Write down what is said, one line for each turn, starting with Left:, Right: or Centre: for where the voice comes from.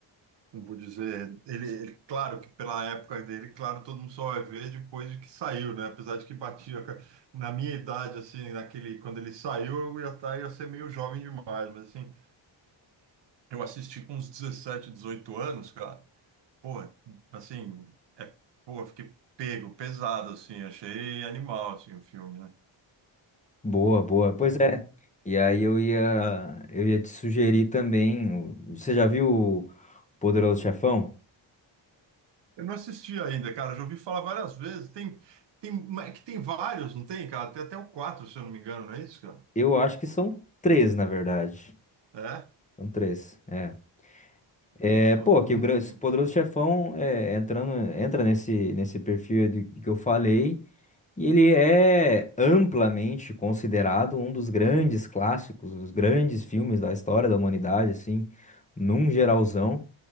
Right: Como vou dizer? Ele, ele- claro que pela época dele, claro, todo mundo só vai ver depois de que saiu, né? Apesar de que batia. ca- Na minha idade, assim, naquele, quando ele saiu, eu ia estar, ia ser meio jovem demais, mas assim. Eu assisti com uns dezessete dezoito anos, cara. Pô, assim, é, pô, eu fiquei pego, pesado, assim, achei animal, assim, o filme, né?
Left: boa, boa,
Right: Então,
Left: pois é, e aí eu ia, eu ia te sugerir também, o- você já viu o Poderoso Chefão?
Right: eu não assisti ainda, cara, já ouvi falar várias vezes. Tem, tem, é que tem vários, não tem, cara? Tem até o 4, se eu não me engano, não é isso, cara?
Left: Eu acho que são três, na verdade,
Right: É?
Left: são três, é. É,
Right: Então,
Left: pô,
Right: eu
Left: que
Right: não
Left: o Gran-
Right: vi.
Left: esse Poderoso Chefão é, entrando, entra nesse, nesse perfil aí do, do que eu falei, e ele é amplamente considerado um dos grandes clássicos, um dos grandes filmes da história da humanidade, assim, num geralzão.
Right: Hum,